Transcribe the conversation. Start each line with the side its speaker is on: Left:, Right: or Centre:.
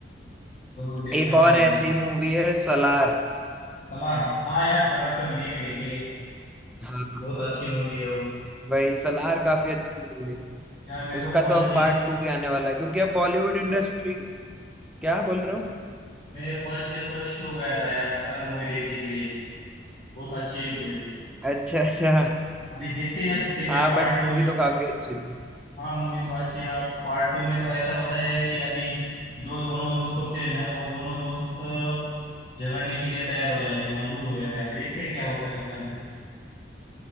Left: जरूर देखना
Centre: एक और
Left: पड़ेगा
Centre: ऐसी
Left: यार
Centre: मूवी है सलार
Left: सलार हाँ यार सलार तो मैंने भी देखी है
Centre: हाँ
Left: बहुत अच्छी मूवी है वो
Centre: वही सलार काफी अच्छी मूवी है
Left: यार मैं तो
Centre: उसका
Left: फर्स्ट
Centre: तो अब
Left: डे
Centre: पार्ट टू भी आने वाला है क्योंकि अब बॉलीवुड इंडस्ट्री क्या बोल रहे हो
Left: मैं फर्स्ट डे फर्स्ट शो गया था यार सरदार मूवी देखने के लिए बहुत अच्छी है मूवी
Centre: अच्छा अच्छा
Left: अभी देखते हैं यार
Centre: <laughs>
Left: सेकेंड
Centre: हाँ
Left: पार्ट
Centre: बट
Left: टू
Centre: मूवी
Left: में
Centre: तो काफी अच्छी थी
Left: हाँ मूवी तो अच्छी है और पार्ट टू में तो ऐसा बताया है कि अभी जो दोनों दोस्त होते हैं ना वो दोनों दोस्त अ, झगड़ने के लिए तैयार हो जाते हैं मजबूर हो जाते हैं अभी देखते हैं क्या होता है इसके अंदर